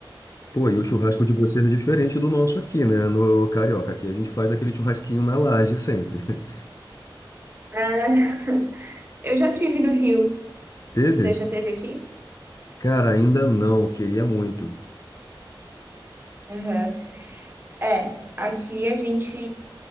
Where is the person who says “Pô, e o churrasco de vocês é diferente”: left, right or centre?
Left